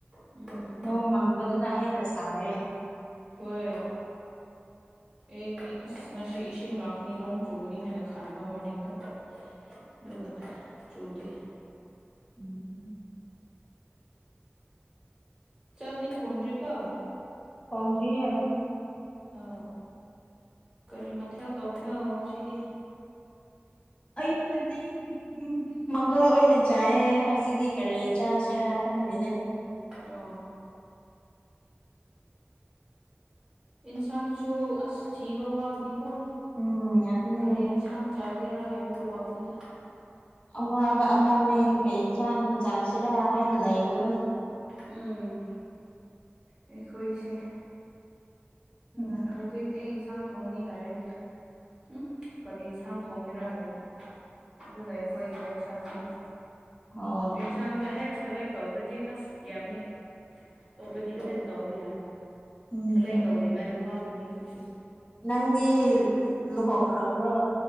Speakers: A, on the right; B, on the left.
A: ꯎꯝ
B: ꯅꯣꯡ ꯃꯪꯕꯗꯨꯅ ꯍꯦꯟꯅ ꯁꯥꯔꯦ
A: ꯍꯣꯏ ꯑꯩꯗꯤ ꯑꯁ ꯉꯁꯤ ꯏꯁꯤꯡ ꯂꯥꯛꯀꯅꯤ ꯅꯣꯡ ꯆꯨꯒꯅꯤ ꯍꯥꯏꯅ ꯈꯟꯕ ꯃꯣꯔꯅꯤꯡꯗ ꯑꯗꯨꯒ ꯆꯨꯗꯦ
B: <unintelligible>
A: ꯆꯥꯛꯇꯤ ꯊꯣꯡꯗꯔꯤꯀꯣ
B: ꯊꯣꯡꯗ꯭ꯔꯤꯌꯦ
A: ꯑꯧ ꯀꯔꯤ ꯃꯊꯦꯜ ꯇꯧꯕꯤꯅꯣ ꯉꯁꯤꯗꯤ
B: ꯑꯌꯨꯛꯄꯨꯗꯤ ꯎꯝ ꯃꯪꯒꯜ ꯑꯣꯏꯅ ꯆꯥꯏꯌꯦ ꯍꯧꯖꯤꯛꯇꯤ ꯀꯔꯤ ꯆꯥꯁꯤꯔꯥ ꯈꯪꯗꯦꯗꯦ
A: ꯑꯣ ꯏꯟꯁꯥꯡꯁꯨ ꯑꯁ ꯊꯤꯕ ꯋꯥꯕꯅꯤꯀꯣ
B: ꯎꯝ ꯑꯗꯨꯅꯦ
A: ꯀꯔꯤ ꯏꯟꯁꯥꯡ ꯆꯥꯒꯦꯔꯥ ꯍꯥꯏꯕꯗꯨ ꯋꯥꯕꯅꯤꯗ
B: ꯑꯋꯥꯕ ꯑꯃꯅꯦ ꯀꯩ ꯏꯟꯁꯥꯡ ꯆꯥꯁꯤꯔꯥ ꯍꯥꯏꯅ ꯂꯩꯕꯅꯣ
A: ꯎꯝ ꯑꯩꯈꯣꯏꯁꯦ
B: ꯎꯝ
A: ꯑꯥ ꯍꯧꯖꯤꯛ ꯑꯩ ꯏꯟꯁꯥꯡ ꯊꯣꯡꯅꯤ ꯍꯥꯏꯔꯗꯤ ꯎꯝ ꯀꯔꯤ ꯏꯟꯁꯥꯡ ꯊꯣꯡꯒꯦꯗꯔꯥ ꯍꯥꯏꯕꯗꯨ ꯑꯗꯨꯅ ꯑꯩꯈꯣꯏꯒꯤ ꯇꯦꯟꯁꯟ ꯑꯃꯅꯤ
B: ꯍꯣꯏ
A: ꯌꯦꯟꯁꯥꯡꯁꯦ ꯍꯦꯛ ꯁꯦꯂꯦꯛ ꯇꯧꯈ꯭ꯔꯗꯤ ꯑꯁ ꯌꯥꯕꯅꯤ ꯑꯇꯣꯞꯄꯗꯤ ꯂꯣꯏꯅ ꯇꯧꯕ ꯌꯥ
B: ꯎꯝ
A: ꯈꯂ ꯉꯩꯗ ꯋꯥꯕꯅꯤ ꯑꯩꯈꯣꯏ ꯁꯨ
B: ꯅꯪꯗꯤ ꯂꯨꯍꯣꯡꯈ꯭ꯔꯕ꯭ꯔꯣ